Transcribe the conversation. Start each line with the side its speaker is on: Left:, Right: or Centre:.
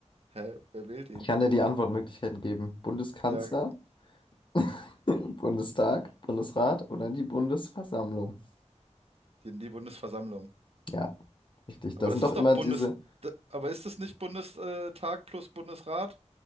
Right: Hä? Wer wählt ihn?
Left: Ich kann dir die Antwortmöglichkeiten geben. Bundeskanzler,
Right: Ja,
Left: <laughs> Bundestag, Bundesrat oder die Bundesversammlung.
Right: die, die Bundesversammlung.
Left: Ja, richtig.
Right: Aber
Left: Da sind
Right: das
Left: doch
Right: ist
Left: immer
Right: doch Bundes...
Left: diese
Right: d- Aber ist das nicht Bundestag plus Bundesrat?